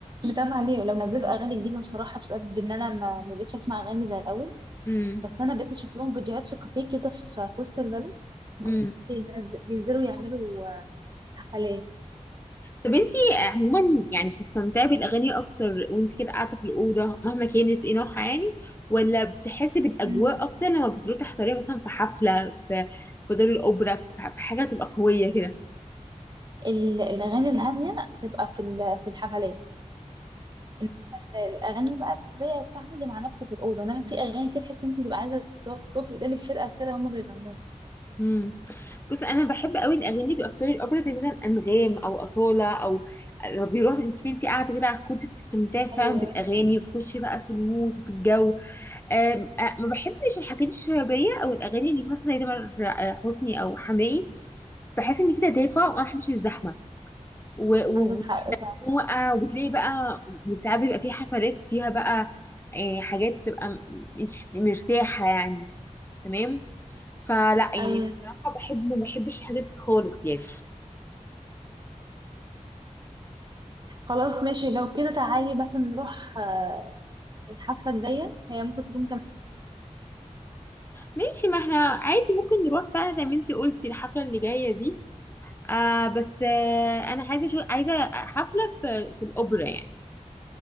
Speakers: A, on the right; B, on the left.
A: متابعة ليه لو نزلوا اغاني جديدة بصراحة بسبب ان انا ما ما بقتش اسمع اغاني زي الاول
B: امم
A: بس انا بقيت اشوف لهم فيديوهات في كافيه كده في في وسط البلد
B: امم
A: بينز- بينزلوا يعملوا آه، حفلات
B: طب انتي عموما يعني بتستمتعي بالاغاني اكتر وانتي كده قاعده في الاوضه مهما كانت ايه نوعها يعني ولا بتحسي بالاجواء
A: مم.
B: اكتر لما بتروحي تحضري مثلا في حفله في في دار الاوبرا في في حاجه تبقى قويه كده
A: ال- الأغاني الهادية تبقى في ال- في الحفلات إن- الأغاني بقى العادية وبتاع عادي مع نفسك في الأوضة إنما في أغاني كده تحس إن أنت تبقى عايزة تقف- تقفي قدام الفرقة كده هما بيغنوها
B: امم بص انا بحب قوي الاغاني اللي بيبقى في طريق الاوبرا زي مثلا انغام او اصاله او لو بيروح انت انت قاعده كده على الكرسي بتستمتعي فعلا
A: أيوه
B: بالاغاني وتخشي بقى في المود وفي الجو آم، آه، ما بحبش الحاجات الشبابيه او الاغاني اللي مثلا زي تامر آه، حسني او حماقي بحس ان في تدافع وانا ما بحبش الزحمه و- و-
A: عندك حق فعلا.
B: والزنوقه وبتلاقي بقى وساعات بيبقى في حفلات فيها بقى يعني حاجات تبقى م- انت مش بتبقي مرتاحه يعني تمام فلا يعني
A: أيوه
B: بصراحة بحب ما بحبش الحاجات دي خالص يعني
A: خلاص ماشي لو كده تعالي مثلا نروح آه، الحفلة الجاية هي ممكن تكون كمان
B: ماشي ما احنا عادي ممكن نروح فعلا زي ما انتي قلتي الحفلة اللي جاية دي آه بس آه انا عايزة شو عايزة حفلة في في الأوبرا يعني